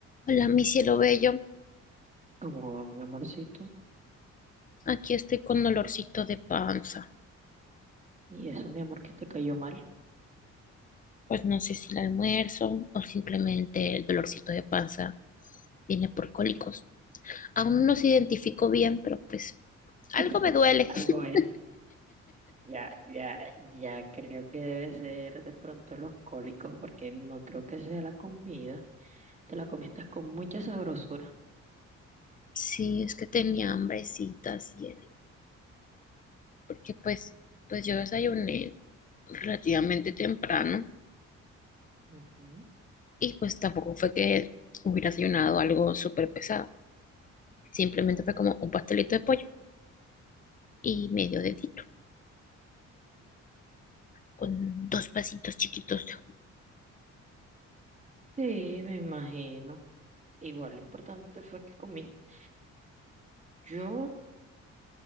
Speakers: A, on the left; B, on the right.
A: Hola, mi cielo bello.
B: Como mi amorcito.
A: Aquí estoy con dolorcito de panza.
B: Y eso, mi amor, que te cayó mal.
A: Pues no sé si el almuerzo o simplemente el dolorcito de panza viene por cólicos. Aún no se identifico bien, pero pues algo
B: <laughs>
A: me duele.
B: Algo
A: <laughs>
B: es. Ya, ya, ya creo que debe ser de pronto los cólicos, porque no creo que sea la comida. Te la comiste con mucha sabrosura.
A: Sí, es que tenía hambrecita, cielo. Porque pues, pues yo desayuné relativamente temprano
B: Ujú.
A: y pues tampoco fue que hubiera desayunado algo súper pesado. Simplemente fue como un pastelito de pollo y medio dedito. con dos pasitos chiquitos de
B: Sí, me imagino. Igual lo importante fue que comiste. Yo